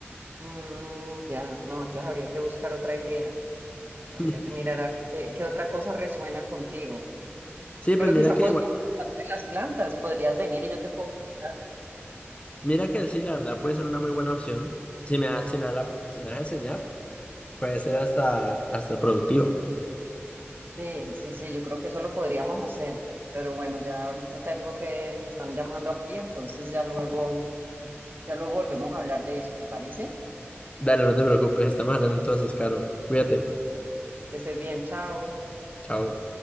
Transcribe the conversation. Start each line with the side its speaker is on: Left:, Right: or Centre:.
Right: Mm, ya, no, entonces habría que buscar otra idea. Habría
Left: <laughs>
Right: que mirar a ver qué, qué otra cosa resuena contigo.
Left: Sí,
Right: Pero
Left: pues mira
Right: quizá
Left: que
Right: podrías
Left: igual,
Right: empezar de las plantas, podrías venir y yo te puedo mostrar.
Left: mira que sí, la verdad puede ser una muy buena opción. Si me, da- si me, da la- si me vas a enseñar, puede ser hasta, hasta productivo.
Right: Sí, sí, sí, yo creo que eso lo podríamos hacer. Pero bueno, ya ahorita tengo que, me están llamando aquí, entonces ya luego, ya luego volvemos a hablar de eso, ¿te parece?
Left: Dale, no te preocupes, estamos hablando entonces, Caro. Cuídate.
Right: Bueno, Que estés bien, chao.
Left: Chao.